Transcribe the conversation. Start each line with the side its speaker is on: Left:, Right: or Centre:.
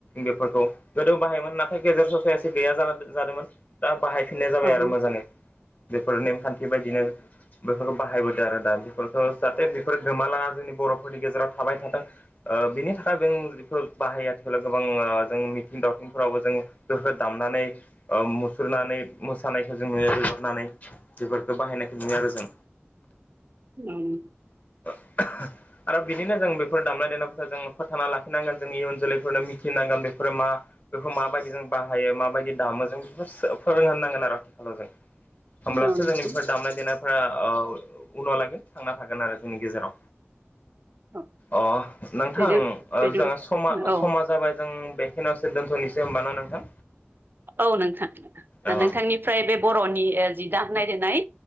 Left: बेफोरखौ गोदो बाहायोमोन नाथाय गेजेर ससे एसे गैया जादोंमोन दा। बाहायफिननाय जाबाय
Right: औ नोंथां औ
Left: आरो मोजाङै बेफोर नेमखान्थि बायदिनो। बेफोरखौ बाहायबोदो आरो दा बेफोर खौ जाहाथे बेफोर गोमालाङा जोंनि बर'फोरनि गेजेराव थाबाय थाथों ओ बिनि थाखाय जोंफोर बा आहाइ <unintelligible> आथिखालाव गोबां जों मिथिं दावथिंफोरावबो जों गोहो दामनानै मुसुरनानै मोसानायखो जों नुयो बिहरनानै बेफोरखौ बाहायनायखौ नुयो आरो जों।
Right: <inaudible>
Left: <inaudible> आरो बिदिनो जों बेफोर दामनाय देनायफोरखौ जों फोथांना लाखिनांगोन जों इयुन जोलैफोरनो मिथिनांगोन बेफोरो मा। बेखौ माबायदि जों बाहायो माबायदि दामो जों बेखौ फोरोंहोनांगोन आरो आथिखालाव जों होमब्लासो
Right: औ नोंथां
Left: जोंनि बेफोर दामनाय देनायफ्रा उनाव लागोन थांना थागोन आरो। जोंनि गेजेराव
Right: औ
Left: अ नोंथां
Right: बेदों
Left: ओ
Right: बेदों
Left: जोंहा समा
Right: औ
Left: समा जाबाय जों बेखनोवसो दोनथ'निसै होनबाना नोंथां।
Right: औ नोंथां
Left: अ
Right: नोंथांनिफ्राय बे बर'नि जि दामनाय देनाय